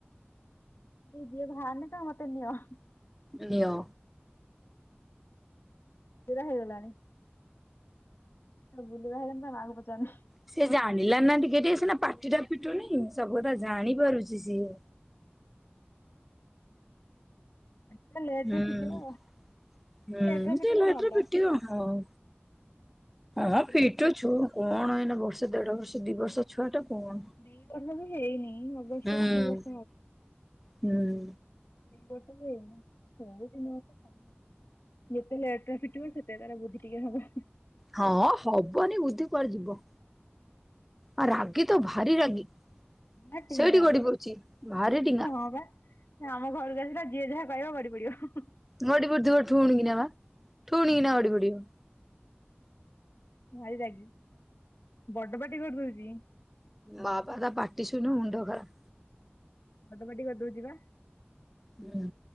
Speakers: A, on the left (about 65°); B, in the centre.
A: ସିଏ ଯିଏ ବାହାରୁନିତ ମତେ ନିଅ।
B: ନିଅ।
A: ହେଇଗଲାଣି। ବୁଲିବା ହେଇଗଲେ ତା ମା କୁ ପଚରୁନି।
B: ସେ ଜାଣିଲାଣିନା ଟିକେ ଟିକେ ସିନା ପାଟି ଟା ଫିଟୁନି। ସବୁ କଥା ଜାଣି ପାରୁଚି ସିଏ।
A: ଏଟା ଲେଟ୍
B: ହୁଁ
A: ରେ
B: ହୁଁ
A: ଫିଟିବ ଲେଟ୍ ରେ ଫିଟିଲେ
B: ଟିକେ ଲେଟ୍
A: ଭଲ।
B: ରେ ଫିଟିବ ଆଉ। ହଁ
A: ଦି
B: ଫିଟୁ ଛୁ କଣ ଏଇନା ବର୍ଷ ଦେଢ ବର୍ଷ ଦି ବର୍ଷ ଛୁଆ ଟା କଣ
A: ଦି ବର୍ଷ ବି ହେଇନି ହବ ଅଗଷ୍ଟ
B: ହୁଁ
A: କୁ ଦି ବର୍ଷ
B: ହୁଁ।
A: ଦି ବର୍ଷ ବି ହେଇନି ହୋଇ ଦି ବର୍ଷର ଯେତେ ଲେଟ୍ରେ ଫିଟିବ ସେ ସେ ତାର ବୁଦ୍ଧି ଟିକେ ହବ।
B: ହଁ ହବନି ବୁଦ୍ଧି କୁଆଡେ ଯିବ। ଆ ରାଗି ତ ଭାରି ରାଗି।
A: ଆ ଟିଙ୍ଗା
B: ସେଇଠି ଗଡି ପଡୁଛି ଭାରି ଡିଙ୍ଗା
A: ହଁ ବା। ସେ ଆମ ଘରକୁ ଆସିଲା ଯିଏ ଯାହା କହିବ ଗଡି ପଡିବ।
B: ଗଡି ପଡିଥିବ ଠୁଣ କିନା ବା ଠୁଣ କିନା ଗଡି ପଡିବ।
A: ଭାରି ରାଗି, ବଡ ପାଟି କରିଦଉଚି।
B: ହଁ ପା ତା ପାଟିଶୁଣିବୁ ମୁଣ୍ଡ ଖରାପ୍।
A: ବଡ଼ ପାଟି କରିଦଉଚି ବା।
B: ହୁଁ।